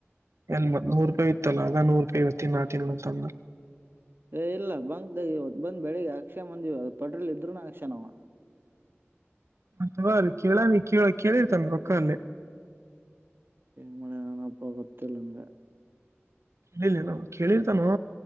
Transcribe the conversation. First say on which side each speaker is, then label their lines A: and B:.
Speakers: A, on the right; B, on the right.
A: ಎಲ್ಮತ್ ನೂರು ರೂಪಾಯಿ ಇತ್ತಲ್ಲ ಆಗ ನೂರು ರೂಪಾಯಿ ಇತ್ತ ನಾ ತಿನ್ ಅ್ಣ
B: ಏ ಇಲ್ಲ ಬಂಗಕ್ ಬಂದ್ ಬೆಳಿಗ್ಗೆ ಹಾಕ್ಸ್ ಅಂದ ಪಟ್ರೋಲ್ ಇದ್ರುನು ಅಕ್ಷ ನವ
A: ಅಥವಾ ಅ ಕೇಳಾನ ಕೇಳ ಕೇಳಿರ್ತಾನ ರೊಕ್ಕ ಅಲ್ಲೇ
B: ಮಾಡಲೆಾನಪ್ಪ ಗೊತ್ತಿಲ್ಲಂಗ
A: ಕಿಲ್ಲ ನ ಕೇಳಿರ್ತಾನೋ